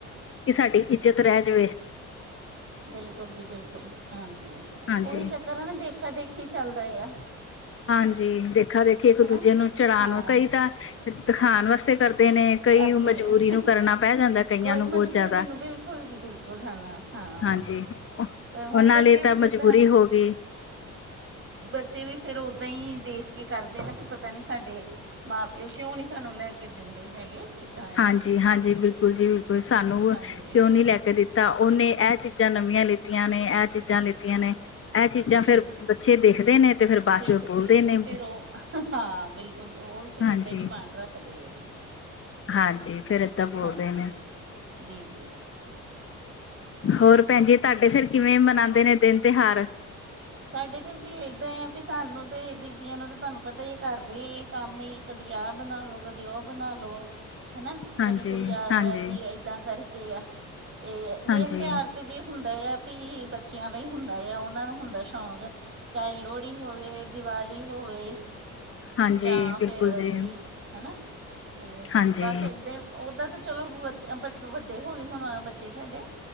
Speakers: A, on the left; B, on the right.
A: ਕਿ ਸਾਡੀ ਇੱਜ਼ਤ ਰਹਿ ਜਾਵੇ।
B: ਬਿਲਕੁੱਲ ਜੀ -ਬਿਲਕੁੱਲ ਹਾਂਜੀ,
A: ਹਾਂਜੀ
B: ਉਹੀ ਚੱਕਰ ਹੈ ਨਾ ਦੇਖਾ- ਦੇਖੀ ਚੱਲਦਾ ਆ।
A: ਹਾਂਜੀ, ਦੇਖਾ -ਦੇਖੀ ਇੱਕ-
B: ਹਨਾ
A: ਦੂਜੇ ਨੂੰ ਚੜ੍ਹਾ
B: ਹਾਂ
A: ਨੂੰ ਕਈ ਤਾਂ ਦਿਖਾਉਣ ਵਾਸਤੇ ਕਰ ਦੇਨੇ ਕਈ
B: ਕਰਦੇ
A: ਮਜ਼ਬੂਰੀ
B: ਆ
A: ਨੂੰ ਕਰਨਾ ਪੈ ਜਾਂਦਾ ਕਈਆਂ
B: ਕੋਈ
A: ਨੂੰ
B: ਮਜਬੂਰੀ
A: ਬਹੁਤ ਜ਼ਿਆਦਾ
B: ਨੂੰ ਬਿਲਕੁਲ ਜੀ ਬਿਲਕੁਲ ਹੈ ਨਾ ਹਾਂ
A: ਹਾਂਜੀ,
B: ਪਰ ਹੁਣ
A: ਉਹਨਾਂ
B: ਬੱਚੇ
A: ਲਈ
B: ਵੀ
A: ਤਾਂ
B: ਜਿੱਦਾਂ
A: ਮਜ਼ਬੂਰੀ ਹੋ ਗਈ।
B: ਬੱਚੇ ਵੀ ਫਿਰ ਓਦਾਂ ਹੀ ਦੇਖ ਕੇ ਕਰਦੇ ਨੇ ਵੀ ਪਤਾ ਨੀ ਸਾਡੇ ਮਾਂ- ਪਿਓ ਕਿਉਂਕਿ ਉਹ ਨਹੀਂ ਸਾਨੂੰ ਲੈ ਕੇ ਦਿੰਦੇ ਹੈਗੇ। ਕਿੱਦਾਂ
A: ਹਾਂਜੀ
B: ਆ
A: -ਹਾਂਜੀ, ਬਿਲਕੁੱਲ ਜੀ ਬਿਲਕੁੱਲ ਸਾਨੂੰ
B: ਹਾਂਜੀ
A: ਕਿਉਂ ਨੀ ਲੈ ਕੇ ਦਿੱਤਾ। ਉਹਨੇ ਇਹ ਚੀ ਚੀਜ਼ਾਂ ਨਵੀਆਂ ਲਿੱਤੀਆਂ ਨੇ, ਇਹ ਚੀਜ਼ਾਂ ਲਿੱਤੀਆਂ ਨੇ। ਇਹ ਚੀਜ਼ਾਂ
B: ਜੀ
A: ਫਿਰ ਬੱਚੇ ਦੇਖਦੇ ਨੇ ਤੇ ਫੇਰ ਬਾਅਦ
B: ਦੇਖਦੇ,
A: ਚੋਂ ਬੋਲਦੇ ਨੇ
B: ਫਿਰ ਉਹ ਹਾਂ, ਬਿਲਕੁੱਲ ਉਹ ਫਿਰ
A: ਹਾਂਜੀ
B: ਉਦਾਂ ਹੀ ਡਿਮਾਂਡ ਰੱਖਦੇ ਆ ਜੀ। <unintelligible>
A: ਹਾਂਜੀ, ਫਿਰ ਏਦਾਂ ਬੋਲਦੇ
B: ਹਾਂਜੀ
A: ਨੇ।
B: ਜੀ ਜੀ
A: ਹੋਰ ਭੈਣਜੀ ਤੁਹਾਡੇ ਫਿਰ ਕਿਵੇਂ ਮਨਾਉਂਦੇ ਨੇ ਦਿਨ- ਤਿਉਹਾਰ?
B: ਸਾਡੇ ਤਾਂ ਜੀ ਇੱਦਾਂ ਆ, ਵੀ ਸਾਨੂੰ ਤੇ ਬੀਬੀਆਂ ਨੂੰ ਤਾਂ ਤੁਹਾਨੂੰ ਪਤਾ ਹੀ ਘਰ ਦੇ ਕੰਮ ਹੀ ਕਦੀ ਆਹ ਬਣਾ ਲਉ, ਕਦੀ ਉਹ ਬਣਾ ਲਉ। ਹਨਾ
A: ਹਾਂਜੀ
B: ਕਦੀ ਕੋਈ ਆ
A: ਹਾਂਜੀ
B: ਗਿਆ ਜੀ, ਇਦਾਂ ਕਰਕੇ ਆ ਤੇ ਦਿਨ
A: ਹਾਂਜੀ
B: ਤਿਉਹਾਰ ਤੇ ਜੇ ਹੁੰਦਾ ਆ ਵੀ ਬੱਚਿਆਂ ਦਾ ਹੀ ਹੁੰਦਾ ਆ, ਉਹਨਾਂ ਨੂੰ ਹੁੰ ਦਾ ਸ਼ੌਕ, ਚਾਹੇ ਲੋਹੜੀ ਹੋਵੇ ਦੀਵਾਲੀ ਹੋਵੇ।
A: ਹਾਂਜੀ
B: ਜਾਂ
A: ਬਿਲਕੁਲ
B: ਫਿਰ
A: ਜੀ
B: ਕੋਈ ਹੈਨਾ ਤੇ
A: ਹਾਂਜੀ
B: ਬਸ ਇੱਦਾਂ ਉੱਦਾਂ ਤਾਂ ਚਲੋ ਵੱ ਵੱ ਵੱਡੇ ਹੋ ਗਏ ਹੁਣ ਬੱਚੇ ਸਾਡੇ,